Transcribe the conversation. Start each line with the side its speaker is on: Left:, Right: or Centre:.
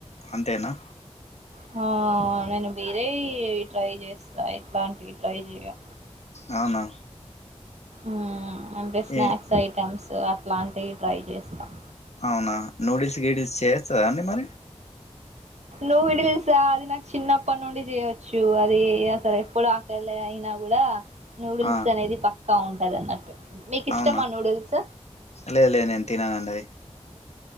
Left: అంతేనా
Right: హా నేను బేరే ట్రై చేస్తా ఎట్లాంటి ట్రై చెయ్య
Left: అవునా
Right: ఉమ్ అంటే స్నాక్స్
Left: ఏ
Right: ఐటమ్స్ అట్లాంటివి ట్రై చేస్తాం
Left: అవునా నూడిల్స్ గీడిల్స్ చేయొస్తాదా అండి మరి
Right: నూడుల్స్ హా అది నాకు చిన్నప్పటి నుండి చేయొచ్చు అది అసర ఎప్పుడు ల అయినా కూడా నూడిల్స్
Left: ఆ
Right: అనేది పక్కా ఉంటది అన్నట్టు మీకు ఇష్టమా
Left: అవునా
Right: నూడిల్స్
Left: లేదు లేదు నేను తిననండి అది